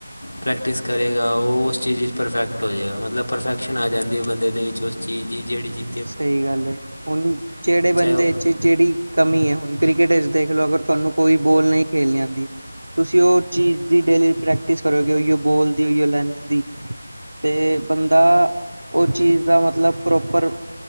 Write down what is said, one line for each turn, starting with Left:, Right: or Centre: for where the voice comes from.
Left: ਪ੍ਰੈਕਟਿਸ ਕਰੇਗਾ, ਉਹ ਉਸ ਚੀਜ਼ ਵਿੱਚ ਪਰਫੈਕਟ ਹੋ ਜਾਏਗਾ, ਮਤਲਬ ਪਰਫੈਕਸ਼ਨ ਆ ਜਾਂਦੀ ਐ ਬੰਦੇ ਦੇ ਵਿੱਚ ਉਸ ਚੀਜ ਦੀ ਜਿਹੜੀ ਚੀਜ਼।
Right: ਸਹੀ ਗੱਲ ਏ, ਹੁਣ ਜਿਹੜੇ
Left: ਚਾਹੇ
Right: ਬੰਦੇ
Left: ਉਹ
Right: ਚ ਜਿਹੜੀ ਕਮੀ ਐ ਹੁਣ ਕ੍ਰਿਕਟ ਵਿੱਚ ਦੇਖ ਲਓ ਅਗਰ ਤੁਹਾਨੂੰ ਕੋਈ ਬੋਲ ਨਈ ਖੇਲਣੀ ਆਂਦੀ। ਤੁਸੀਂ ਉਹ ਚੀਜ਼ ਦੀ ਡੇਲੀ ਪ੍ਰੈਕਟਿਸ ਕਰੋਗੇ, ਉਹੀਓ ਬੋਲ ਦੀ, ਉਹੀਓ ਲੈਂਥ ਦੀ। - ਤੇ ਬੰਦਾ ਓ ਚੀਜ਼ ਦਾ ਮਤਲਬ ਪ੍ਰੋਪਰ।